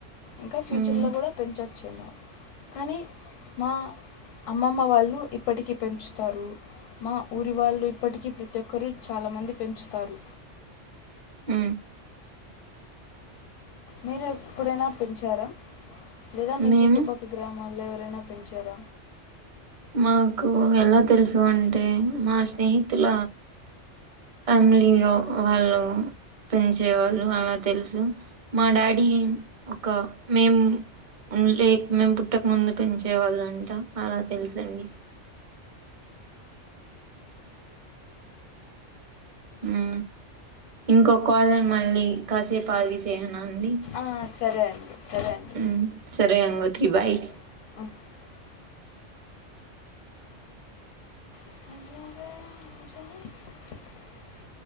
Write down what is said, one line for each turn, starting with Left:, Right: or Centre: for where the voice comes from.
Left: ఇంక ఫ్యూచర్లొ
Right: మ్మ్
Left: కూడ పెంచచ్ కాని మా అమ్మమ్మ వాళ్లు ఇప్పటికి పెంచుతారు మా ఊరి వాళ్ళు ఇప్పటికి ప్రతి ఒక్కరు చాలా మంది పెంచుతారు
Right: ఊ
Left: మీరు ఎప్పుడైన పెంచార లేద మీ
Right: మేము
Left: చుట్టుపక్క గ్రామ మళ్ళా ఎవరైనా పెంచార
Right: మాకూ ఎలా తెల్సిందంటే దంటే మా స్నేహితుల అమిలీలొ వాళ్ళు పెంచేవాళ్ళు అల తెల్స్ మా డాడీ ఒక మేము లే మేమ్ పుట్టక ముందు పెంచేవాళ్ళంట అల తెల్సండి ఊ ఇంకొ కాల్ మళ్ళీ కాసేపు ఆగి చేయనా అండి
Left: ఆ సరే అండి సరే అండి
Right: ఊమ్ సరే అండ్ ఓకే బాయ్
Left: <inaudible> <unintelligible>